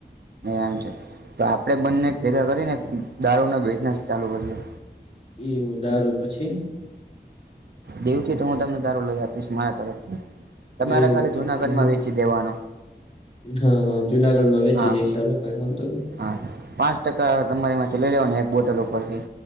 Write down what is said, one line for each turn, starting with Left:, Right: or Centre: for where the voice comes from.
Right: એમ છે. તો આપણે બંને ભેગા કરીને દારૂનો બિઝનેસ ચાલુ કરીએ.
Left: એવું, દારું પછી?
Right: દીવથી તો હું તમને દારું લઈ આપીશ, મારા તરફથી. તમારે
Left: એવું
Right: ખાલી
Left: પછી
Right: જુનાગઢમાં વેચી દેવાનો.
Left: હા હા જુનાગઢમાં વેચી
Right: હા,
Left: દઈશ ચાલો કઈ વાંધો નહી
Right: હા. પાંચ ટકા તમારી માથે લઈ લેવાના એક બોટલ ઉપરથી.